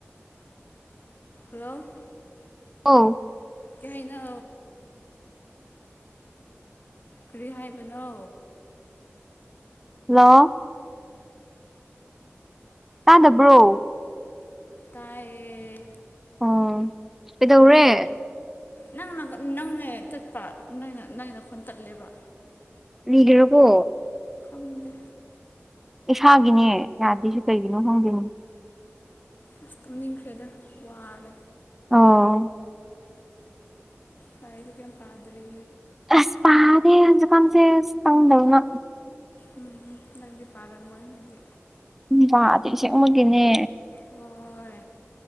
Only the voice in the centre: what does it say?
ꯑꯣ꯫
ꯍꯜꯂꯣ! ꯇꯥꯗꯕ꯭ꯔꯣ?
ꯑꯣ ꯀꯩꯗꯧꯔꯦ?
ꯔꯤꯒ꯭ꯔꯕꯣ?
ꯏꯁꯥꯒꯤꯅꯦ ꯌꯥꯗ꯭ꯔꯤꯁꯦ ꯀꯔꯥꯒꯤꯅꯣ ꯈꯪꯗꯦꯅꯦ꯫
ꯑꯥ
ꯑꯁ ꯄꯥꯗꯦ ꯍꯧꯖꯤꯛꯀꯥꯟꯁꯦ ꯅꯪꯗꯧꯅ꯫
ꯎꯝ ꯄꯥꯗꯦ ꯑꯁꯦꯡꯃꯛꯀꯤꯅꯦ꯫